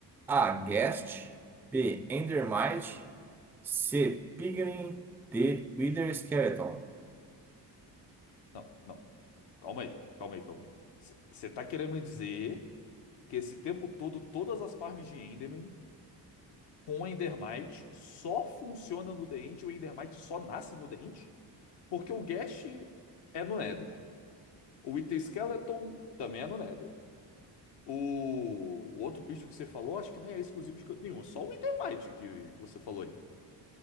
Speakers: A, in the centre; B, on the left (about 75°).
A: A. Guest. B. Endermite. C. Piglin. D. Wither Skeleton.
B: Não, não. Calma aí, calma aí, calma aí. Você tá querendo me dizer que esse tempo todo, todas as farms de Enderman com Endermite só funcionam no The End e o Endermite só nasce no The End? Porque o Gash é no Nether. O Item Skeleton também é no Nether. O, o outro bicho que você falou, acho que nem é exclusivo de canto nenhum. Só o Endermite que, que você falou aí,